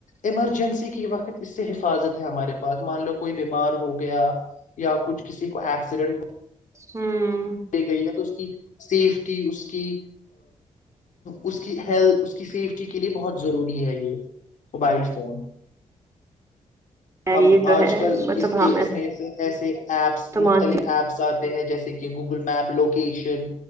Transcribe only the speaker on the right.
ہاں
یہ تو
ہے
مطلب
ہاں
تو
مانتی